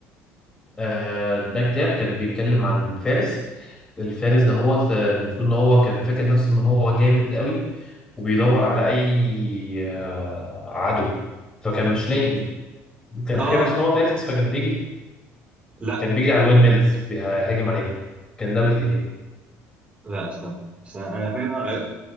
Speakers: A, on the left; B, on the right.
A: آه ده كتاب كان بيتكلم عن فارس الفارس ده هو المفروض ان هو كان فاكر نفسه ان هو جامد قوي وبيدور على اي آه، عدو فكان مش لاقي كان
B: آه
A: فاكر نفسه ان هو فارس فكان بيجري
B: لا
A: كان بيجري على الوين ميلز بيهاجم عليها كان دولة ايه؟
B: لا استنى استنى أنا فاكر إن أنا